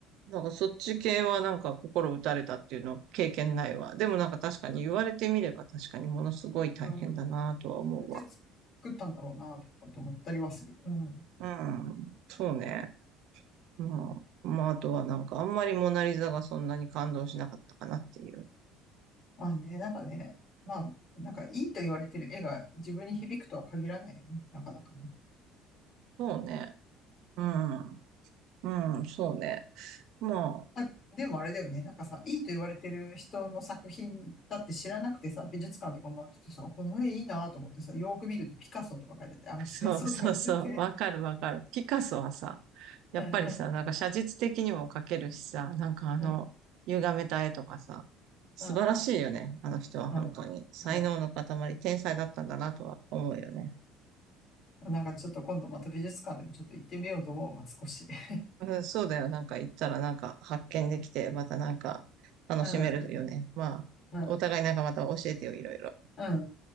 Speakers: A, on the right; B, on the left.
A: なんか、そっち系はなんか、心打たれたっていうの経験ないわ。でもなんか、確かに言われてみれば、確かにものすごい大変だなとは思うわ。
B: うん。こうやって作ったんだろうなとかって思ったりはする。うん。
A: うん、そうね。まあ、まあ、あとはなんかあんまりモナリザがそんなに感動しなかったかなっていう。
B: まあね、なんかね、まあ、なんかいいと言われてる絵が自分に響くとは限らないよね。なかなかね。
A: そうね。うん。
B: うん。
A: うん、そうね。も
B: あ、でもあれだよね。なんかさ、いいと言われてる人の作品だって知らなくてさ、美術館とか回っててさ、この絵いいなと思ってさ、よーく見るとピカソとか書いてて、あ、まあそりゃそうだよねって。
A: う、そうそうそう。わかるわかる。ピカソはさ、やっぱりさ、
B: うん、
A: なんか写実的にも描けるしさ、なんかあの、
B: うん、
A: 歪めた絵とかさ、素晴らしいよね。
B: うん、
A: あの人は本当に。
B: うん、
A: 才能の塊、
B: うん。
A: 天才だったんだなとは思うよね。
B: うんなんかちょっと今度また美術館でもちょっと行ってみようと思うわ、少し。<laughs>
A: うん、そうだよ。なんか行ったらなんか発見できて、またなんか楽しめるよね。
B: うん、
A: まあ、
B: うん、
A: お互いなんかまた教えてよ、いろいろ。
B: うん。